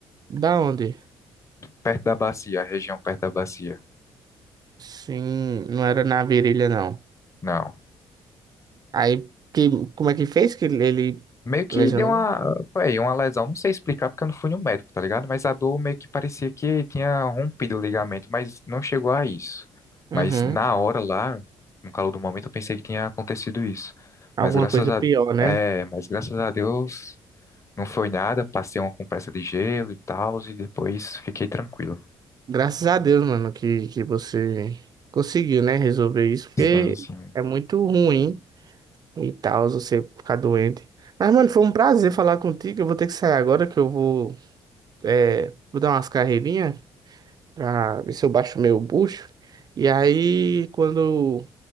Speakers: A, on the right; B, on the left.
A: Da onde?
B: perto da bacia, a região perto da bacia.
A: Sim, não era na virilha, não.
B: Não.
A: Aí, que, como é que fez que ele ele
B: Meio que
A: lesionou?
B: deu uma, pô, aí, uma lesão, não sei explicar porque eu não fui no médico, tá ligado? Mas a dor meio que parecia que tinha rompido o ligamento, mas não chegou a isso.
A: Uhum.
B: Mas na hora lá, no calor do momento, eu pensei que tinha acontecido isso.
A: Alguma
B: Mas graças
A: coisa
B: a,
A: pior, né?
B: é, mas graças a Deus não foi nada, passei uma compressa de gelo e tal, e depois fiquei tranquilo.
A: Graças a Deus, mano, que, que você conseguiu, né, resolver isso, porque
B: Sim, sim.
A: é muito ruim e tal, você ficar doente. Mas, mano, foi um prazer falar contigo. Eu vou ter que sair agora, que eu vou, é, vou dar umas carreirinhas pra ver se eu baixo meu bucho. E aí, quando